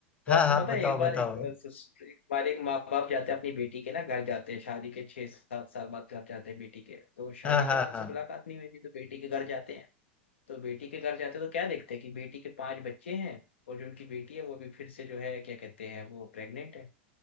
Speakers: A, on the left (about 85°); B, on the left (about 20°).
A: तो
B: हाँ
A: आपको
B: हाँ
A: पता
B: बताओ
A: है एक बार
B: बताओ
A: एक अ, सिस- एक बार एक माँ बाप जाते हैं अपनी बेटी के ना घर जाते हैं शादी के छह सात साल बाद घर जाते हैं बेटी के तो शादी
B: हाँ हाँ
A: के बाद
B: हाँ
A: से मुलाकात नहीं हुई थी तो बेटी के घर जाते हैं तो बेटी के घर जाते हैं तो क्या देखते हैं कि बेटी के पांच बच्चे हैं और जो उनकी बेटी है वो भी फिर से जो है क्या कहते हैं वो प्रेग्नेंट है